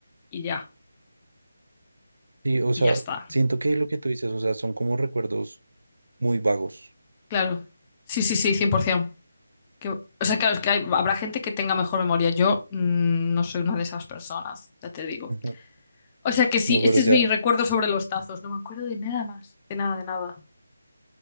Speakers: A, on the left; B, on the right.
A: y ya,
B: Sí, o
A: y
B: sea,
A: ya está.
B: siento que lo que tú dices, o sea, son como recuerdos muy vagos.
A: Claro, sí, sí, sí, 100%. Que, o sea, claro, es que hay- habrá gente que tenga mejor memoria, yo mm, no soy una de esas personas, ya te digo.
B: Ujú.
A: O sea que sí,
B: No,
A: este
B: pero o
A: es
B: sea,
A: mi recuerdo sobre los tazos. No me acuerdo de nada más. De nada, de nada.